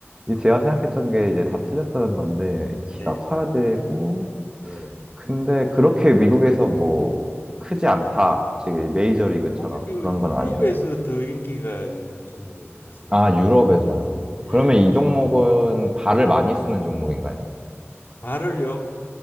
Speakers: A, on the right (about 20°); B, on the left (about 50°).
A: 이 제가 생각했던 게 이제 다 틀렸다는 건데, 키가
B: 네.
A: 커야 되고,
B: 예.
A: 근데 그렇게 미국에서 뭐 크지 않다. 지금 메이저리그처럼
B: 오히려
A: 그런
B: 유럽에서
A: 건 아니라.
B: 더 인기가 있는 종목 같습니다.
A: 아, 유럽에서요. 그러면
B: 예.
A: 이 종목은 발을 많이 쓰는 종목인가요?
B: 발을요.